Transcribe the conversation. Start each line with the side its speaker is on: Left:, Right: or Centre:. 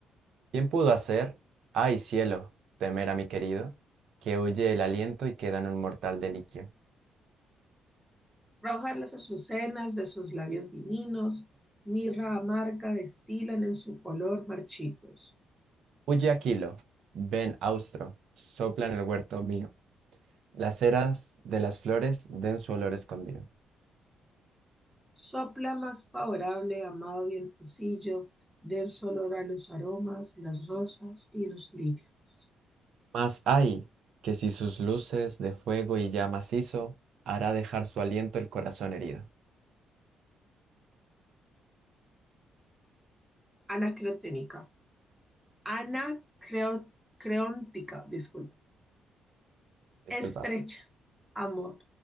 Right: ¿Quién pudo hacer, ay cielo, temer a mi querido, que huye el aliento y queda en un mortal deliquio?
Centre: Rojas las azucenas de sus labios divinos, mirra amarga destilan en su color marchitos.
Right: Huye Aquilo, ven Austro, sopla en el huerto mío, las eras de las flores den su olor escondido.
Centre: Sopla más favorable, amado vientecillo, denso olor a los aromas, las rosas y los lirios.
Right: Mas ay, que si sus luces de fuego y llamas hizo, hará dejar su aliento el corazón herido.
Centre: Anacreónica. Anacreóntica, disculpe.
Right: Disculpa.
Centre: Estrecha, amor,